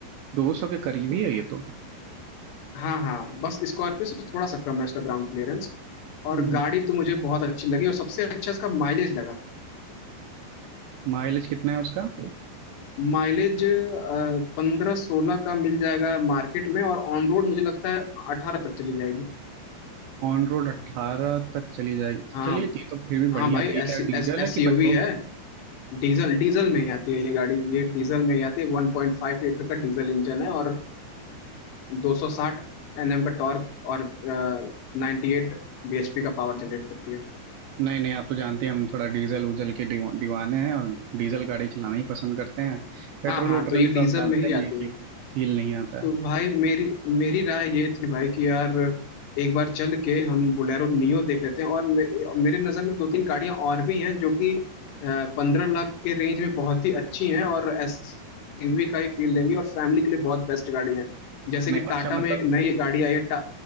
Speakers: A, on the right; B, on the left.
A: दो सौ के करीब ही है ये तो
B: हाँ हाँ बस स्कॉर्पियो से थोड़ा सा कम है उसका ग्राउंड क्लियरेंस
A: हम्म।
B: और गाड़ी तो मुझे बहुत अच्छी लगी और सबसे अच्छा इसका माइलेज लगा
A: माइलेज कितना है उसका
B: माइलेज पंद्रह सोलह का मिल जाएगा मार्केट में और ऑन रोड मुझे लगता है अठारह तक चली जाएगी
A: ऑन रोड अट्ठारह तक चली जाएगी तो
B: हाँ
A: चलिए ये तो फिर भी
B: हाँ
A: बढ़िया
B: भाई
A: है तो ये
B: एस
A: क्या डीजल
B: एस एसयूवी
A: है कि पेट्रोल
B: है डीजल डीजल में ही आती है ये गाड़ी ये डीजल में ही आती है 1.5 लीटर का डीजल इंजन है और दो सौ साठ एनएम का टॉर्क और नाइन्टी एट bhp का पावर जनरेट करती है
A: नहीं नहीं आप तो जानते हैं हम थोड़ा डीजल उजल के दीवा- दीवाने हैं और डीजल गाड़ी चलाना ही पसंद करते हैं पेट्रोल
B: हाँ हाँ
A: वोट्रोल
B: तो ये
A: में तो
B: डीजल
A: आप जानते
B: में ही आती
A: ही हैं कि
B: है
A: वो फील नहीं आता
B: तो
A: है
B: भाई मेरी मेरी राय ये थी भाई कि यार एक बार चल के हम बोलेरो नियो देख लेते हैं और मे, मेरे नज़र में दो तीन गाड़ियां और भी हैं जो कि पंद्रह लाख के रेंज में बहुत ही अच्छी हैं और एसयूवी का ही फील देंगी और फैमिली के लिए बहुत बेस्ट गाड़ी है जैसे
A: नहीं
B: कि
A: अच्छा
B: टाटा
A: मतलब
B: में एक नई गाड़ी आई है टा,